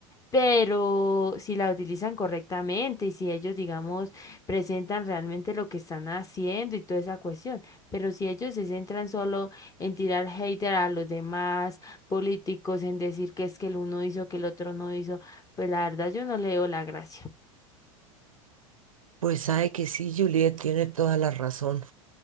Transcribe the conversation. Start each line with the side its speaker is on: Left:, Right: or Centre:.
Left: pero si la utilizan correctamente y si ellos, digamos, presentan realmente lo que están haciendo y toda esa cuestión, pero si ellos se centran solo en tirar hater a los demás políticos, en decir que es que el uno hizo, que el otro no hizo, pues la verdad yo no le veo la gracia.
Right: Pues sabe que sí, Juliet tiene toda la razón.